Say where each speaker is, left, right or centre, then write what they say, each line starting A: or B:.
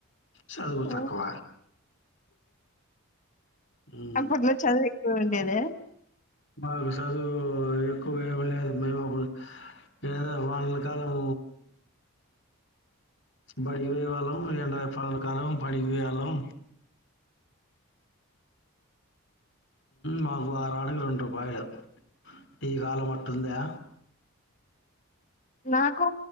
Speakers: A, on the left (about 55°); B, on the left (about 35°).
A: చదువు
B: ఆ,
A: తక్కువ ఉమ్.
B: అప్పట్లో చదువు ఎక్కువ ఉండేదా
A: మాకు చదువు ఎక్కువగా ఏమి లేదు మేము అప్పుడు ఎంలే వానల కాలం బడి పోయే వాళ్ళం ఎండ పనుల కాలం పనికి పోయేవాళ్ళం మాకు వారానికి రెండు రూపాయలు ఈ కాలం అట్టుందా
B: నాకు